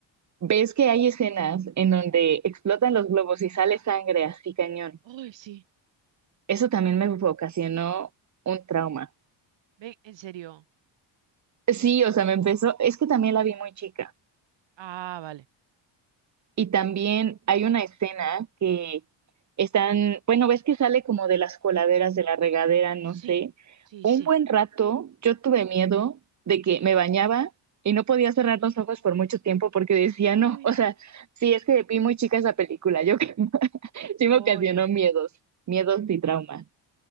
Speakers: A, on the right; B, on the right.
A: ¿Ves que hay escenas en donde explotan los globos y sale sangre así cañón?
B: Ay, sí.
A: Eso también me ocasionó un trauma.
B: Ven, en serio.
A: Sí, o sea, me empezó, es que también la vi muy chica.
B: Ah, vale.
A: Y también hay una escena que están, bueno, ves que sale como de las coladeras de la regadera, no
B: Sí,
A: sé.
B: sí,
A: Un
B: sí.
A: buen rato yo tuve miedo de que me bañaba y no podía cerrar los ojos por mucho tiempo porque decía,
B: Ay,
A: no, o sea, sí, es que vi muy chica esa película, yo creo- <laughs> sí
B: pollo.
A: me ocasionó miedos, miedos y traumas.